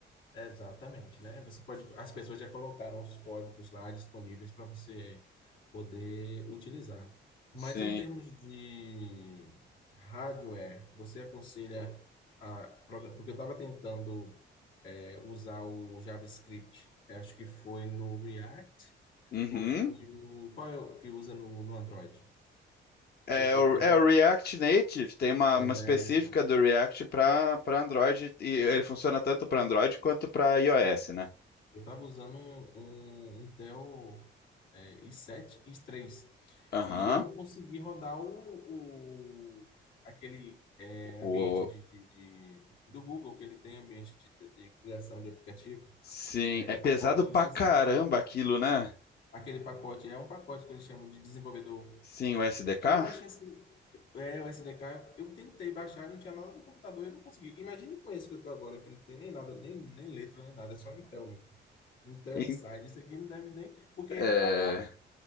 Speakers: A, on the left (about 80°); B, on the left (about 55°).
A: Exatamente, né? Você pode, as pessoas já colocaram os códigos lá disponíveis para você poder utilizar. Mas
B: Sim,
A: em termos de hardware, você aconselha a, progra- porque eu estava tentando é, usar o JavaScript. Eu Acho que foi no React
B: Uhum.
A: ou foi o. Qual é o que usa no, no Android?
B: É,
A: Eu, eu,
B: o,
A: eu
B: é
A: tava.
B: o React Native, tem uma,
A: Exato.
B: uma específica do React para para Android, e ele funciona tanto para Android quanto para iOS, né?
A: Eu estava usando um, um Intel é, i7, i3.
B: Aham.
A: E eu não consegui rodar o, o- aquele é,
B: O,
A: ambiente de, de- de- do Google que ele tem ambiente de, de criação de aplicativo.
B: sim,
A: É,
B: é
A: é
B: pesado
A: pacote, eu
B: pra
A: esqueci,
B: caramba
A: né?
B: aquilo, né?
A: Aquele pacote é um pacote que eles chamam de desenvolvedor.
B: Sim, o SDK?
A: E eu achei esse, é, o SDK, eu, eu tentei baixar, não tinha nada no computador, eu não consegui. Imagine com esse que eu tô agora, que não tem nem nada, nem, nem letra, nem nada, é só Intel mesmo. Intel
B: Em-
A: Inside, isso aqui não deve nem, porque ele
B: é,
A: travava,